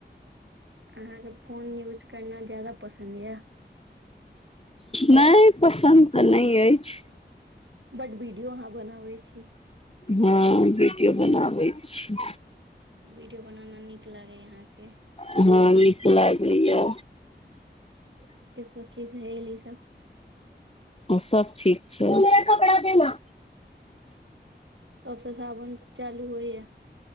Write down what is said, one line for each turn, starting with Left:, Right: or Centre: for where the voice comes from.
Right: अहाँके फोन यूज करना जादा पसन्द यऽ
Left: नय पसन्द तऽ नय अइछ
Right: बड वीडियो अहाँ बनाबै छी
Left: हँ वीडियो बनाबै छी
Right: वीडियो बनेनाय नीक लागैया अहाँके
Left: हँ नीक लागैया
Right: सखीसँ हली सब
Left: ओ सब ठीक छै का देना
Right: कबसँ सावन चालू होइए